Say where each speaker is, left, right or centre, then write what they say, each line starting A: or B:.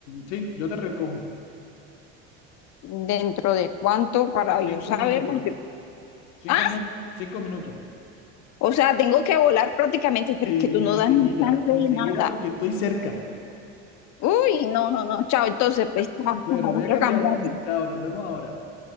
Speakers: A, on the left; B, on the left.
A: Sí, yo te recojo.
B: ¿Dentro de cuánto para yo
A: Cinco
B: saber?
A: minutos.
B: Porque,
A: Cinco
B: ah,
A: minutos. Cinco minutos.
B: o sea, tengo que volar prácticamente, pero
A: Sí,
B: es que tú no
A: enseguida.
B: das ni chance de
A: Enseguida
B: nada.
A: porque estoy cerca.
B: Uy, no, no, no. Chao, entonces, pues, chao, chao,
A: Bueno, voy
B: voy
A: a cambiarte.
B: a cambiarme.
A: Chao, nos vemos ahora.